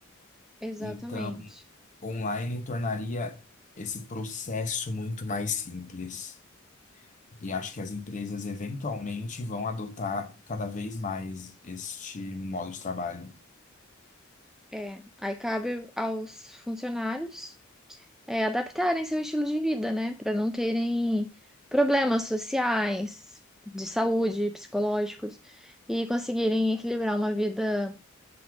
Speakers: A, in the centre; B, on the left.
A: exatamente.
B: Então, online tornaria esse processo muito mais simples. E acho que as empresas eventualmente vão adotar cada vez mais este modo de trabalho.
A: É, aí cabe aos funcionários é, adaptarem seu estilo de vida, né? Para não terem problemas sociais, de saúde, psicológicos, e conseguirem equilibrar uma vida